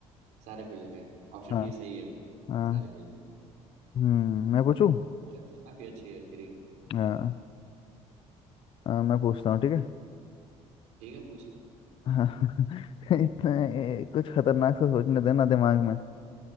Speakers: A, on the right; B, on the left.
A: सारे फील्ड हो गए ऑप्शन
B: हाँ
A: डी सही है
B: हाँ
A: सारे फील्ड में
B: हम्म मैं पूछूं
A: नॉलेज तो काफी अच्छी है तेरी
B: हाँ आ, मैं पूछता हूँ ठीक है
A: ठीक है पूछ ले
B: <laughs> इतना ए, कुछ खतरनाक सा सोचने देना दिमाग में